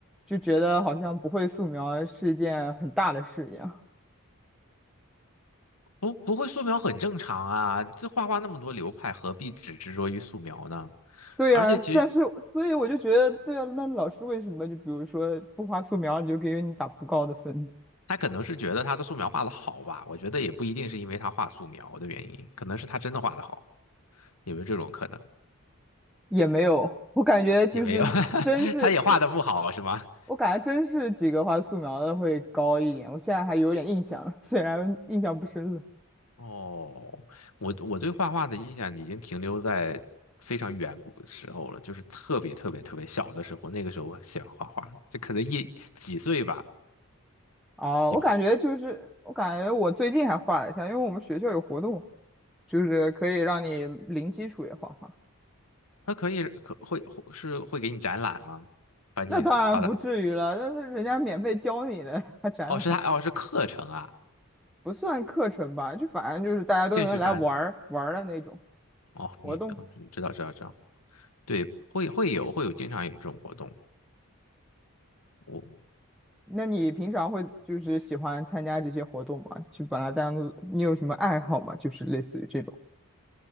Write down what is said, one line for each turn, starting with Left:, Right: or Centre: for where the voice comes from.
Centre: 就觉得好像不会素描是一件很大的事一样。
Left: 不不会素描很正常啊。这画画那么多流派，何必只执着于素描呢？
Centre: <laughs> 对呀，
Left: 而且其实
Centre: 但是所以我就觉得，对啊，那老师为什么就比如说不画素描，你就给你打不高的分？
Left: 他可能是觉得他的素描画的好吧，我觉得也不一定是因为他画素描的原因，可能是他真的画的好，有没有这种可能？
Centre: 也没有，我感觉就是真是这
Left: 也没有，<laughs> 他也画的不好是吗？
Centre: 我感觉真是几个画素描的会高一点，我现在还有点印象了，<laughs> 虽然印象不深了。
Left: 哦，我我对画画的印象已经停留在非常远古的时候了，就是特别特别特别小的时候，那个时候我喜欢画画，就可能一几岁吧，
Centre: 啊，
Left: 有，
Centre: 我感觉就是，我感觉我最近还画了一下，因为我们学校有活动，就是可以让你零基础也画画。
Left: 他可以可会会是会给你展览吗？把你画的，
Centre: 那当然不至于了，那是人家免费教你的，还展览，
Left: 哦，是他哦是课程啊，
Centre: 不算课程吧，就反正就是大家都能来玩儿玩儿的那种
Left: 兴趣班，哦，
Centre: 活动。
Left: 你哦知道知道知道，对，会会有会有经常有这种活动，我。
Centre: 那你平常会就是喜欢参加这些活动吗？就把它当做你有什么爱好吗？就是类似于这种。